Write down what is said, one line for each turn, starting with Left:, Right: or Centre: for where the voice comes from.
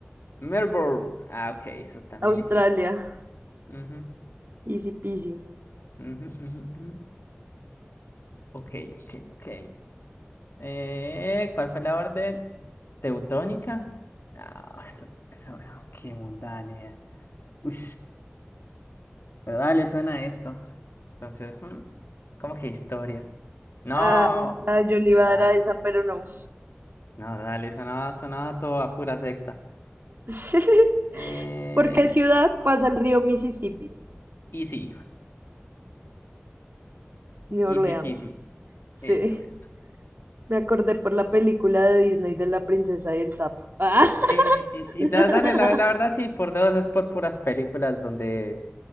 Left: Melbourne. Ah, ok, eso también
Right: Australia,
Left: existe. Ujú,
Right: easy peasy.
Left: ujú, ujú, ujú. Ok, ok, ok. Eh, ¿cuál fue la orden? ¿Teutónica? No, eso, eso, eso, qué mundane. Uy, ¿verdad? Le suena esto. Entonces, hmm, ¿cómo que historia? No,
Right: Ah, ah, yo le iba
Left: sí,
Right: a
Left: va.
Right: dar a esa, pero no.
Left: No, dale, sonaba, sonaba todo a pura secta.
Right: <laughs>
Left: Eh,
Right: ¿Por qué ciudad pasa el río Mississippi?
Left: easy,
Right: New
Left: easy
Right: Orleans.
Left: peasy. Eso
Right: Sí,
Left: es.
Right: me acordé por la película de Disney de la princesa y el sapo. Ah.
Left: Sí, sí, sí,
Right: <laughs>
Left: da- dale, la, la verdad sí, por dos es por puras películas donde